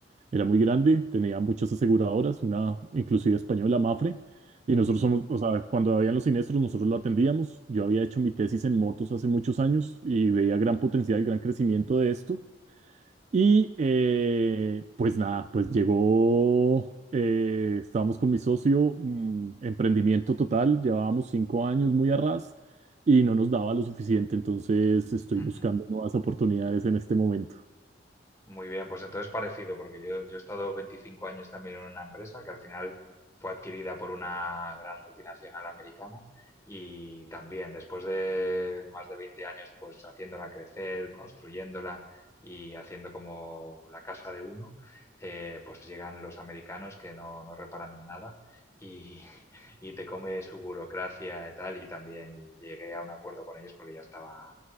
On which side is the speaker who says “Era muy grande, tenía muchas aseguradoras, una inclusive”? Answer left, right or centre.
Right